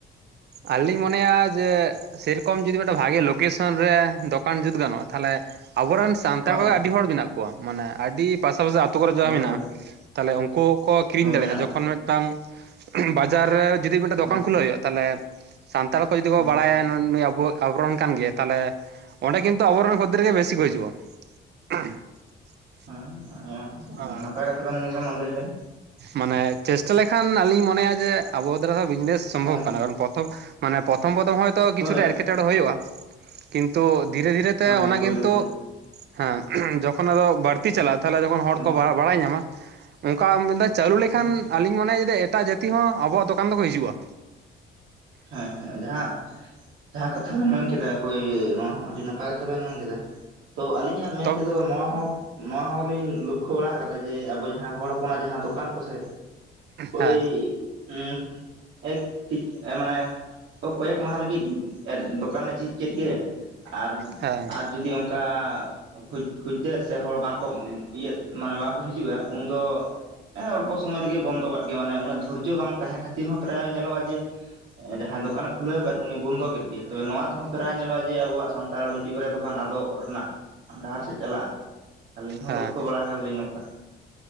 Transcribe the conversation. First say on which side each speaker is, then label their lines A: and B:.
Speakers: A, on the right (about 60°); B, on the right (about 80°).
A: ᱟᱹᱞᱤᱧ ᱢᱚᱱᱮᱭᱟ ᱡᱮ ᱥᱮᱨᱚᱠᱚᱢ ᱡᱩᱫᱤ ᱢᱤᱫᱴᱮᱱ ᱵᱷᱟᱜᱮ ᱞᱳᱠᱮᱥᱚᱱ ᱨᱮ ᱫᱚᱠᱟᱱ ᱡᱩᱛ ᱜᱟᱱᱚᱜᱼᱟ᱾ ᱛᱟᱦᱚᱞᱮ ᱟᱵᱚᱨᱮᱱ ᱥᱟᱱᱛᱟᱲ
B: ᱦᱳᱭ
A: ᱠᱚ
B: ᱦᱳᱭ
A: ᱜᱮ ᱟᱹᱰᱤ ᱦᱚᱲ ᱢᱮᱱᱟᱜ ᱠᱚᱣᱟ ᱢᱟᱱᱮ ᱟᱹᱰᱤ ᱯᱟᱥᱟᱯᱟᱥᱤ ᱟᱛᱳ ᱠᱚᱨᱮ ᱡᱟᱦᱟᱸ
B: ᱦᱳᱭ
A: ᱢᱮᱱᱟᱜᱼᱟ
B: ᱦᱳᱭ
A: ᱛᱟᱦᱚᱞᱮ ᱩᱱᱠᱩ ᱦᱚᱸᱠᱚ ᱠᱤᱨᱤᱧ
B: ᱦᱳᱭ
A: ᱫᱟᱲᱮᱭᱟᱜᱼᱟ᱾
B: ᱢᱮᱱᱟᱜ
A: ᱡᱚᱠᱷᱚᱱ
B: ᱠᱚ
A: ᱢᱤᱫᱴᱟᱝ ᱵᱟᱡᱟᱨ ᱨᱮ ᱡᱩᱫᱤ ᱢᱤᱫᱴᱟᱝ
B: ᱦᱳᱭ
A: ᱫᱚᱠᱟᱱ ᱠᱷᱩᱞᱟᱹᱣ ᱦᱩᱭᱩᱜᱼᱟ᱾ ᱛᱟᱦᱚᱞᱮ ᱥᱟᱱᱛᱟᱲ ᱠᱚ ᱡᱩᱫᱤ ᱠᱚ
B: ᱦᱳᱭ
A: ᱵᱟᱲᱟᱭᱟ ᱱᱩᱭ ᱟᱵᱚ ᱟᱵᱚᱨᱮᱱ ᱠᱟᱱ ᱜᱮᱭᱟᱭ ᱛᱟᱦᱚᱞᱮ ᱚᱸᱰᱮ ᱠᱤᱱᱛᱩ ᱟᱵᱚᱨᱮᱱ ᱠᱷᱚᱫᱽᱫᱮᱨ ᱜᱮ ᱵᱮᱥᱤ ᱠᱚ ᱦᱤᱡᱩᱜᱼᱟ᱾ <unintelligible>
B: ᱦᱮᱸ ᱱᱤᱭᱟᱹ ᱦᱚᱸ,
A: ᱟᱨ
B: ᱱᱟᱯᱟᱭ ᱠᱟᱛᱷᱟ ᱵᱮᱱ ᱞᱟᱹᱭ ᱠᱮᱫᱼᱟ ᱢᱟ ᱞᱟᱹᱭ ᱵᱮᱱ᱾
A: ᱢᱟᱱᱮ ᱪᱮᱥᱴᱟ ᱞᱮᱠᱷᱟᱱ ᱟᱹᱞᱤᱧ ᱢᱚᱱᱮᱭᱟ ᱡᱮ ᱟᱵᱚ ᱫᱟᱨᱟ ᱦᱚᱸ ᱵᱤᱡᱽᱱᱮᱥ ᱥᱚᱢᱵᱷᱚᱵ
B: ᱦᱳᱭ
A: ᱠᱟᱱᱟ᱾ ᱠᱟᱨᱚᱱ ᱯᱨᱚᱛᱷᱚᱢ ᱢᱟᱱᱮ ᱯᱨᱚᱛᱷᱚᱢ ᱯᱨᱚᱛᱷᱚᱢ ᱦᱚᱭᱛᱚ ᱠᱤᱪᱷᱩᱴᱟ
B: ᱦᱳᱭ
A: ᱮᱴᱠᱮᱴᱚᱬᱮ ᱦᱩᱭᱩᱜᱼᱟ᱾ ᱠᱤᱱᱛᱩ ᱫᱷᱤᱨᱮ ᱫᱷᱤᱨᱮ ᱛᱮ
B: ᱦᱳᱭ ᱦᱳᱭ
A: ᱚᱱᱟ
B: ᱯᱳᱭᱞᱳ
A: ᱠᱤᱱᱛᱩ
B: ᱯᱳᱭᱞᱳ
A: ᱦᱮᱸ ᱡᱚᱠᱷᱚᱱ ᱟᱫᱚ ᱵᱟᱹᱲᱛᱤ ᱪᱟᱞᱟᱜᱼᱟ, ᱛᱟᱦᱞᱮ ᱡᱚᱠᱷᱚᱱ ᱦᱚᱲ
B: ᱦᱳᱭ
A: ᱠᱚ ᱵᱟᱲᱟᱭ ᱧᱟᱢᱟ ᱚᱱᱠᱟ <unintelligible> ᱪᱟᱹᱞᱩ ᱞᱮᱠᱷᱟᱱ
B: ᱦᱮᱸ
A: ᱟᱞᱤᱧ ᱢᱚᱱᱮᱭᱟ ᱡᱮ ᱮᱴᱟᱜ ᱡᱟᱹᱛᱤ ᱦᱚᱸ ᱟᱵᱚᱣᱟᱜ ᱫᱚᱠᱟᱱ ᱫᱚᱠᱚ ᱦᱤᱡᱩᱜᱼᱟ᱾
B: ᱦᱮᱸ ᱦᱮᱸ, ᱡᱟᱦᱟᱸ ᱡᱟᱦᱟᱸ ᱠᱟᱛᱷᱟ ᱵᱮᱱ ᱢᱮᱱᱠᱮᱫᱟ ᱦᱳᱭ ᱱᱚᱶᱟ ᱦᱚᱸ ᱟᱹᱰᱤ ᱱᱟᱯᱟᱭ ᱠᱟᱛᱷᱟ ᱵᱮᱱ ᱢᱮᱱ ᱠᱮᱫᱟ᱾ ᱛᱚ ᱟᱹᱞᱤᱧ ᱟᱜ ᱢᱮᱱ
A: ᱛᱚᱵᱮ
B: ᱛᱮᱫᱚ ᱱᱚᱣᱟ ᱦᱚᱸ ᱱᱚᱣᱟ ᱦᱚᱸᱞᱤᱧ ᱞᱚᱠᱷᱚ ᱠᱚ ᱵᱟᱲᱟ ᱟᱠᱟᱫᱟ ᱡᱮ ᱟᱵᱚ ᱡᱟᱦᱟᱸ ᱦᱚᱲ ᱦᱚᱯᱚᱱᱟᱜ ᱡᱟᱦᱟᱸ ᱫᱚᱠᱟᱱ ᱠᱚᱥᱮ ᱳᱭ
A: ᱦᱮᱸ
B: ᱩᱸ ᱮᱠ ᱢᱟᱱᱮ ᱚ ᱠᱚᱭᱮᱠ ᱢᱟᱦᱟ ᱞᱟᱹᱜᱤᱫ ᱮᱫ ᱫᱚᱠᱟᱱᱮ ᱡᱷᱤᱡ ᱠᱮᱫ ᱜᱮ᱾ ᱟᱨ
A: ᱦᱮᱸ
B: ᱟᱨ ᱡᱩᱫᱤ ᱚᱱᱠᱟ ᱠᱷᱩᱡ-ᱠᱷᱩᱫᱽᱫᱟᱹᱨ ᱥᱮ ᱦᱚᱲ ᱵᱟᱝᱠᱚ ᱤᱭᱟᱫ ᱢᱟᱱᱮ ᱵᱟᱝᱠᱚ ᱦᱤᱡᱩᱜ-ᱟ ᱩᱱᱫᱚ ᱮᱸ ᱚᱞᱯᱚ ᱥᱚᱢᱚᱭ ᱨᱮᱜᱮ ᱵᱚᱱᱫᱚ ᱠᱟᱫ ᱜᱮ ᱢᱟᱱᱮ ᱩᱱᱟᱹᱜ ᱫᱷᱳᱨᱡᱚ ᱵᱟᱝ ᱛᱟᱦᱮᱸ ᱠᱷᱟᱹᱛᱤᱨ ᱦᱚᱸ ᱯᱨᱟᱭ ᱧᱮᱞᱚᱜ-ᱟ ᱡᱮ ᱡᱟᱦᱟᱸᱭ ᱫᱚᱠᱟᱱᱮ ᱠᱷᱩᱞᱟᱹᱣ ᱟᱠᱟᱫ ᱩᱱᱤ ᱵᱚᱱᱫᱚ ᱠᱮᱫ ᱜᱮ᱾ ᱛᱚᱵᱮ ᱱᱚᱣᱟ ᱛᱮᱦᱚᱸ ᱯᱮᱨᱟᱭ ᱧᱮᱞᱚᱜ-ᱟ ᱡᱮ ᱟᱵᱚᱣᱟᱜ ᱥᱟᱱᱛᱟᱲ ᱢᱤᱫᱴᱤᱡ ᱵᱟᱨᱭᱟ ᱫᱚᱠᱟᱱ ᱟᱫᱚᱜ ᱨᱮᱱᱟᱜ ᱰᱟᱦᱟᱨ ᱥᱮᱫ ᱪᱟᱞᱟᱜ-ᱟ᱾ ᱟᱹᱞᱤᱧ ᱦᱚᱸ
A: ᱦᱮᱸ
B: ᱞᱚᱠᱷᱚ ᱵᱟᱲᱟ ᱟᱠᱟᱫᱟᱞᱤᱧ ᱱᱚᱝᱠᱟᱺ